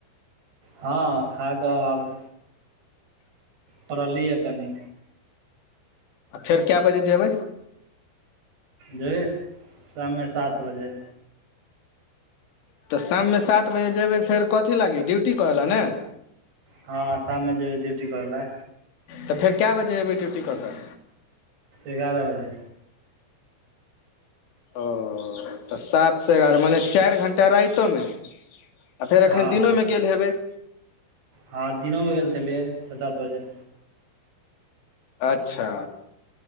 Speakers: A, on the right; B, on the left.
A: हँ खा कऽ आब परलये से कनी
B: आ फेर कए बजे जेबै
A: जइबै शाममे सात बजे
B: त शाम मे सात बजे जेबै फेर कथी लागि ड्यूटी करै लए ने
A: हँ साम में जेबै डूटी करैले
B: तऽ फेर क बजे अयबै ड्यूटी क के
A: एगारह बजे
B: ओ तऽ सात से एगारह मने चारि घण्टा राइतो में आ फेर एखन
A: हँ
B: दिनो में गेल हेबै
A: हँ दिनोमे गेल छेलै छ, सात बजे
B: अच्छा